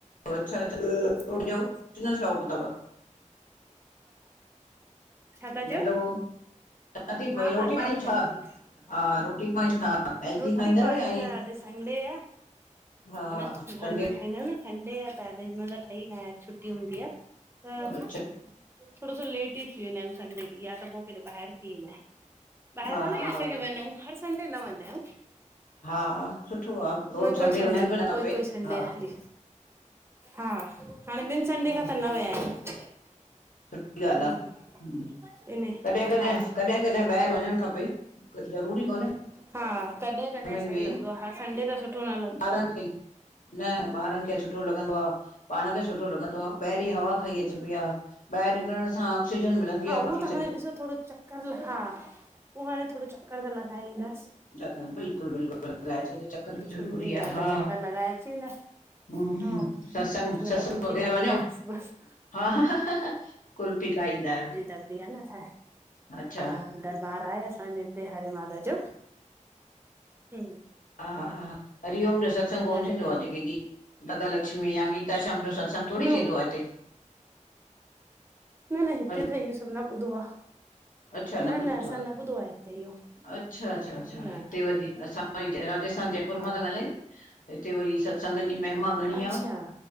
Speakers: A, on the left; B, on the right.
A: अच्छा <unintelligible>
B: हा
A: शौक़ु तवं।
B: छा था चयो
A: हलो चवाती
B: हा
A: रोटी
B: हा
A: पाणी
B: चयो चयो
A: छा
B: सुन
A: हा रोटी पाणी छा हेल्दी
B: रोटी
A: खाईंदा
B: पाणी
A: आहियो या
B: त
A: ईअं?
B: अॼु संडे आ
A: हा
B: हन घर
A: संडे
B: में न सडे आ त अॾ हिन महिल त ठही नाये छुटी हूंदी आ त
A: अच्छा
B: थोणो सो लेट ई थी वेंदा आहियूं संडे ॾींहुं, या त पोइ कॾहिं ॿाहिरि थीदाय, ॿाहिरि
A: हा हा
B: थी तो सघे वञंयू? हर संडे न वदायूं।
A: हा हा सुठो आ रोज़
B: कोई-कोई संडे,
A: वञण बि न
B: कोई-कोई
A: खपे
B: संडे
A: हा
B: हली हा हाणे ॿिनि संडे
A: हा
B: खां त न विया आहियूं।
A: सुठी ॻाल्हि
B: हम्म,
A: आ हं
B: इन
A: कॾहिं-कॾहिं
B: हा
A: कॾहिं-कॾहिं ॿाहिरि वञणु खपे ज़रूरी कोन्हे
B: हा कॾहिं-कॾहिं
A: घर में ई
B: सही
A: वेह
B: लॻंदो आ हर संडे त सुठो न लॻंदो
A: ॿारनि
B: आ।
A: खे न ॿारनि खे सुठो लॻंदो आ, पाण खे सुठो लॻंदो आ, ॿाहिरि हवा खाई अचिबी आ ॿाहिरि निकरण सां ऑक्सीजन मिलदीं
B: हा उहो
A: आ बाक़ी
B: त
A: सॼो
B: हाणे ॾिसो थोणो चक्कर ल हा उह हाणे थोणो चक्कर त लॻाए ईंदास।
A: बिल्कुलु-बिल्कुलु लॻाये अच्जो जो चक्कर ॿि
B: छुटी
A: ज़रूरी आ
B: आहे
A: हा।
B: त चकर लॻाए अची वेंदा
A: हूं
B: हा
A: सत्संग,
B: कुझु न
A: सत्संग
B: त फुल्की
A: वग़ैरह
B: खाई
A: वञो?
B: ईंदासि बसि
A: हा हा कुल पी खाईंदा आहियो।
B: दर्दी आ न छा
A: अच्छा
B: हा। दरबार आहे असांजे हिते हरे मााता जो ह
A: हा-हा हरिओम जो सत्संग कोन्ह
B: रहंदा
A: थींदो
B: आहिनि
A: आ? जेके गीत दादा लक्ष्मी या गीता श्याम जो सत्संगु? संग थोडी़
B: न
A: थींदो आहे हिते?
B: न न हिते
A: हलो
B: त इहो सभु न ॿुधो आ
A: अच्छा
B: न
A: ॿुधो
B: न
A: अथव
B: असां न ॿुधो आ हिते इहो
A: अच्छा अच्छा अ्छा
B: न
A: हिते वरी असां <unintelligible> राजस्थान जयपुर
B: हा
A: मां था ॻाल्हायूं हिते वरी सत्संग जी महिमा घणी
B: अच्छा
A: आ